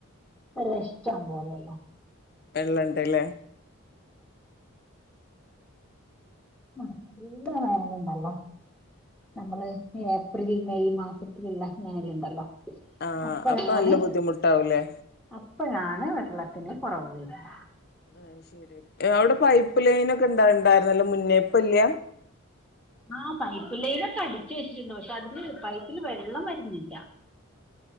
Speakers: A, in the centre; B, on the left (about 45°).
A: എല്ലാം ഇഷ്ട്ടം പോലല്ലേ
B: വെള്ളം ഇണ്ടല്ലെ.
A: നല്ല വേനണ്ടല്ലേ. നമ്മളുടെ ഏപ്രിൽ മെയ് മാസത്തിലെല്ലാം ഇങ്ങനെയല്ലാം ഉണ്ടല്ലോ
B: ആ
A: അപ്പഴാണ്
B: അപ്പൊ നല്ല ബുദ്ധിമുട്ടാവൂലേ
A: അപ്പഴാണ് വെള്ളത്തിന് കുറവ് വെര്ന്ന
B: അത് ശരി അവിടെ പൈപ്പ് ലൈൻ ഒക്കെ ഉണ്ടായിരുന്നല്ലോ മുന്നേ. ഇപ്പൊ ഇല്ല.
A: ആ പൈപ്പ് ലൈനൊക്കെ അടിച്ചു വെച്ചിട്ടുണ്ട്. പക്ഷെ അതില് പൈപ്പില് വെള്ളം വെരുന്നില്ല